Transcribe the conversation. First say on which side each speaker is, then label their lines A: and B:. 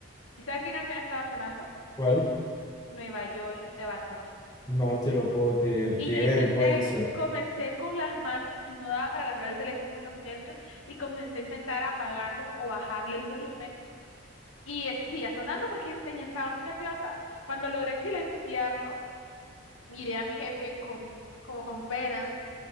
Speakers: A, on the left; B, on the left.
A: ¿Y sabes qué canción estaba sonando?
B: ¿Cuál?
A: Nueva York de Bad Bunny.
B: No te lo puedo creer,
A: Y
B: qué
A: yo
B: vergüenza.
A: intenté, comencé con las manos y no daba para agarrar el teléfono de los nervios y comencé a intentar apagarlo o bajarle el volumen Y eso seguía sonando porque tenía, estaba muy nerviosa. Cuando logré silenciarlo, miré a mi jefe con, como con pena